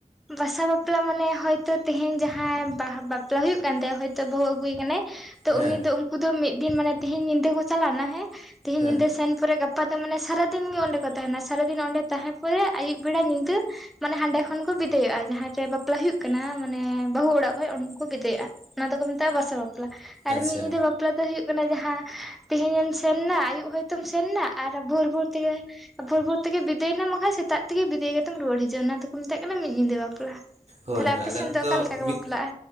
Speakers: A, in the centre; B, on the right (about 50°).
A: ᱵᱟᱥᱟ ᱵᱟᱯᱞᱟ ᱢᱟᱱᱮ ᱦᱚᱭᱛᱳ ᱛᱮᱦᱮᱧ ᱡᱟᱦᱟᱸᱭ ᱵᱟᱯᱞᱟ ᱦᱩᱭᱩᱜ ᱠᱟᱱ ᱛᱟᱭᱟ ᱦᱚᱭᱛᱳ ᱵᱟᱹᱦᱩ ᱟᱹᱜᱩᱭ ᱠᱟᱱᱮ ᱛᱚ
B: ᱦᱮᱸ
A: ᱩᱱᱤ ᱫᱚ ᱩᱱᱠᱩ ᱫᱚ ᱢᱤᱫ ᱫᱤᱱ ᱢᱟᱱᱮ ᱛᱮᱦᱮᱧ ᱧᱤᱫᱟᱹ ᱠᱚ ᱪᱟᱞᱟᱣ ᱱᱟ ᱦᱮ ᱛᱮᱦᱮᱧ
B: ᱦᱮᱸ
A: ᱧᱤᱫᱟᱹ ᱥᱮᱱ ᱯᱚᱨᱮ ᱜᱟᱯ ᱯᱟᱫᱚ ᱢᱟᱱᱮ ᱥᱟᱨᱟ ᱫᱤᱱ ᱜᱮ ᱚᱸᱰᱮ ᱠᱚ ᱛᱟᱦᱮᱱᱟ ᱥᱟᱨᱟ ᱫᱤᱱ ᱚᱸᱰᱮ ᱛᱟᱦᱮᱸ ᱯᱚᱨᱮ ᱟᱹᱭᱩᱵ ᱵᱮᱲᱟ ᱧᱤᱫᱟᱹ ᱢᱟᱱᱮ ᱦᱟᱸᱰᱮ ᱠᱷᱚᱱ ᱠᱚ ᱵᱤᱫᱟᱹᱭᱚᱜ-ᱟ ᱡᱟᱦᱟᱸ ᱨᱮ ᱵᱟᱯᱞᱟ ᱦᱩᱭᱩᱜ ᱠᱟᱱᱟ ᱢᱟᱱᱮ ᱵᱟᱹᱦᱩ ᱚᱲᱟᱜ ᱠᱷᱚᱡ ᱩᱱᱠᱩ ᱠᱚ ᱵᱤᱫᱟᱹᱭᱚᱜ-ᱟ ᱚᱱᱟ ᱫᱚᱠᱚ ᱢᱮᱛᱟᱜ-ᱟ ᱵᱟᱥᱟ ᱵᱟᱯᱞᱟ ᱟᱨ
B: ᱟᱪᱪᱷᱟ
A: ᱢᱤᱫ ᱧᱤᱫᱟᱹ ᱵᱟᱯ ᱵᱟᱯᱞᱟ ᱫᱚ ᱦᱩᱭᱩᱜ ᱠᱟᱱᱟ ᱡᱟᱦᱟᱸ ᱛᱤᱦᱤᱧᱮᱢ ᱥᱮᱱ ᱱᱟ ᱟᱹᱭᱩᱵ ᱦᱚᱭᱛᱚᱢ ᱥᱮᱱ ᱱᱟ ᱟᱨ ᱵᱷᱳᱨ ᱵᱷᱳᱨ ᱛᱮᱜᱮ- ᱵᱦᱳᱨ ᱵᱷᱤᱨ ᱛᱮ ᱜᱮ ᱵᱤᱫᱟᱹᱭᱮᱱᱟ ᱵᱟᱠᱷᱟᱱ ᱥᱮᱛᱟᱜ ᱛᱮᱜᱮ ᱵᱤᱫᱟᱹᱭ ᱠᱟᱛᱮᱢ ᱨᱩᱭᱟᱹᱲ ᱦᱤᱡᱩᱜᱼᱟ ᱚᱱᱟ ᱫᱚᱠᱚ ᱢᱮᱛᱟᱜ ᱠᱟᱱᱟ ᱢᱤᱫ ᱧᱤᱫᱟᱹ ᱵᱟᱯᱞᱟ ᱾
B: ᱦᱳᱭ
A: ᱛᱟᱦᱞᱮ
B: ᱦᱳᱭ
A: ᱟᱯᱮ
B: ᱟᱞᱮ
A: ᱥᱮᱱ
B: ᱚᱱᱛᱮ
A: ᱫᱚ ᱚᱠᱟ ᱞᱠᱟ ᱠᱚ
B: ᱢᱤᱫ
A: ᱵᱟᱯᱞᱟᱜᱼᱟ?